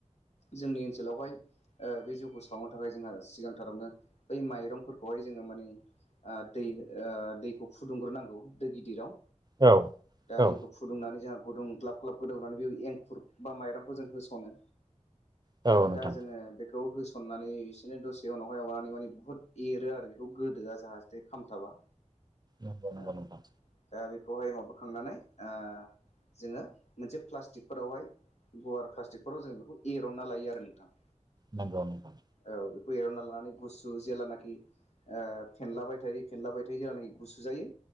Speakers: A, on the left; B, on the right.
A: जोंनि ओनसोलावहाय ओ बे जि जौखौ सावहनो थाखाय जोंहा सिगांथारावनो बै माइरंफोरखौहाय जोङो माने ओ दै दैखौ फुदुंग्रोनांगौ दै गिदिराव,
B: औ
A: दा
B: औ
A: दैखौ फुदुंनानै जोंहा गुदुं ग्लाब ग्लाब गोदौनानै बे एंखुर बा माइरं होनो
B: औ नोंथां
A: दा जोङो बेखौ हो सननानै इसेनो दसे उनावहाय हाबनानै माने बुहुद एरो आरो बेखौ गोदोआ जाहे खामथाबा।
B: नगौ
A: औ
B: नगौ नोंथां
A: दा बेखौहाय माबाखांनानै ओ जोङो मोनसे प्लास्टिकफोरावहाय गुवार प्लास्टिकफोराव जोंङ बेखौ एरनना लायो आरो नोंथां।
B: नंगौ नंगौ।
A: औ बेखौ एरावना लानानै गुसु जेेल्लानाखि ओ फेनलाबाय थायो फेनलाबाय थायो होनानै गुसु जायो